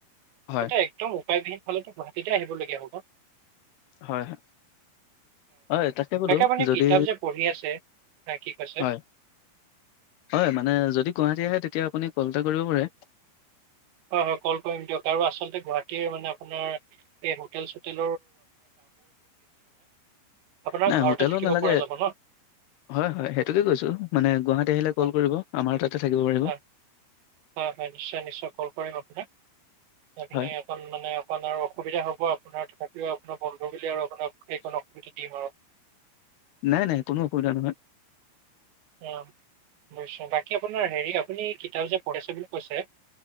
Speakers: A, on the left; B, on the right.
A: হয়,
B: এটা একদম ও উপায়বিহীন হলেতো গুৱাহাটীতে আহিবলগীয়া হ'ব
A: হয় হয় হয় তাকে বোলো
B: আপুনি
A: যদি
B: কিতাপ যে পঢ়ি আছে কি কৈছে
A: হয়। হয় মানে যদি গুৱাহাটী আহে এতিয়া আপুনি কল এটা কৰিব পাৰে।
B: হয়, হয় কল কৰিম দিয়ক আৰু আচলতে গুৱাহাটীৰ মানে আপোনাৰ এই হোটেল চোটেল আপোনাৰ
A: নাই
B: ঘৰতে
A: হোটেলো
B: থাকিব
A: নালাগে।
B: পৰা যাব ন
A: হয়, হয় সেইটোকে কৈছোঁ মানে গুৱাহাটী আহিলে কল
B: হয়
A: কৰিব আমাৰ তাতে থাকিব পাৰিব।
B: হয় হয়, হয় নিশ্চয়, নিশ্চয় কল কৰিম আপোনাক। <unintelligible>
A: হয়,
B: অকণ মানে অকণ আৰু অসুবিধা হ'ব আপোনাৰ তথাপিও আোনাৰ বন্ধ বুলি আৰু আপোনাক সেইকণ অসুবিধা দিম আৰু
A: নাই, নাই কোনো অসুবিধা নহয়।
B: অ বয় তাক <unintelligible> কি আপোনাৰ হেৰি, আপুনি কিতাপ যে পঢ়িছে বুলি কৈছে